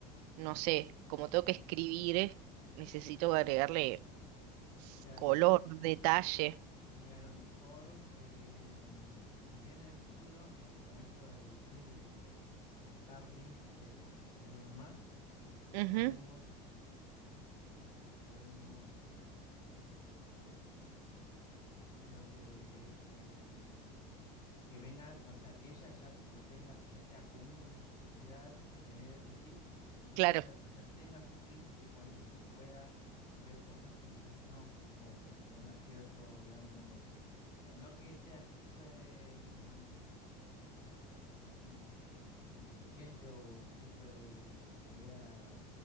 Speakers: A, on the right (about 70°); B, on the left (about 45°).
A: no sé, como tengo que escribir, eh, necesito agregarle
B: claro
A: color, detalle.
B: Y a lo mejor, em, si viene del futuro, viste, con esto del chip de, de- de- de Starlink de, de Elon Musk,
A: Ujú.
B: podemos, podemos, lo que es, eh, que vengan, o sea, que ella ya, o tenga, que ya sea común en su sociedad tener ese chip, entonces
A: Claro,
B: ya, ya tenga su chip, que con ese chip pueda ver cosas que nosotros no, o que tenga cierto, digamos, o sea, no que sea súper... em, in- inteligente o súper, eh, o que vea,